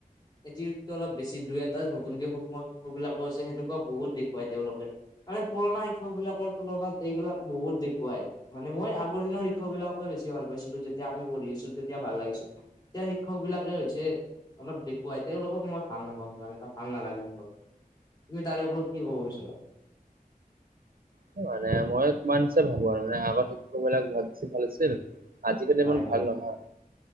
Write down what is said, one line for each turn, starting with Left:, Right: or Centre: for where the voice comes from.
Left: এটিটিউডটো অলপ বেছি। দুই এটা নতুনকে সোমোৱা শিক্ষকবিলাকো আছে। সেনেকুৱা বহুত দেখুৱাই তেওঁলোকে। মানে পুৰণা শিক্ষকবিলাকৰ তুলনাত এইবিলাক বহুত দেখুৱায়। মানে মই আগৰ দিনৰ শিক্ষকবিলাককে বেছি ভাল পাইছিলো, যেতিয়া আমি পঢ়ি আছিলো, তেতিয়া ভাল লাগিছিল। এতিয়া শিক্ষকবিলাকে হৈছে অলপ দেখুৱাই। তেওঁলোকক মই ভাল নাপাওঁ সিমান এটা ভাল নালাগে মোৰ। তুমি তাৰে ওপৰত কি ক'ব বিচৰা?
Right: কি মানে মই তোমাৰ নিচিনা ভাবো আৰু। মানে আগৰ শিক্ষকবিলাক বেছি ভাল আছিল। আজিকালি ইমান
Left: হয় হয়
Right: ভাল নহয়।